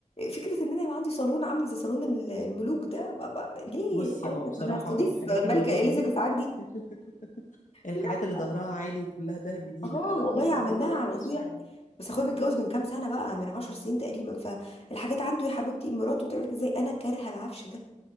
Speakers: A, on the left; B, on the left.
A: فكرة إن أنا يبقى عندي صالون عامل زي صالون ال- الملوك ده بابا ليه
B: بصي
A: ليه حضرتك
B: اه بصراحه
A: أنا هستضيف
B: اه حاجات
A: الملكة
B: المولوج
A: إليزابيث
B: دي
A: عندي
B: <laughs> الحاجات
A: لا
B: اللي ظهرها عالي وكلها دهبي دي
A: اه
B: لا انا
A: والله
B: بصراحه
A: عملناها عند أخويا
B: مش بحبها
A: بس أخويا متجوز من كام سنة بقى من عشر سنين تقريبا فالحاجات عنده يا حبيبتي مراته تعمل زي أنا كارهة العفش ده